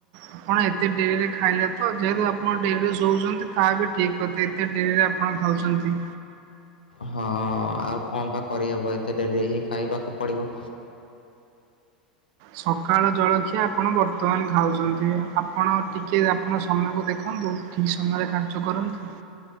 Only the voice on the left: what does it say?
ହଁ ଆଉ କଣବା କରିହବ ଏତେ ଡେରିହି ଖାଇବାକୁ ପଡ଼ିବ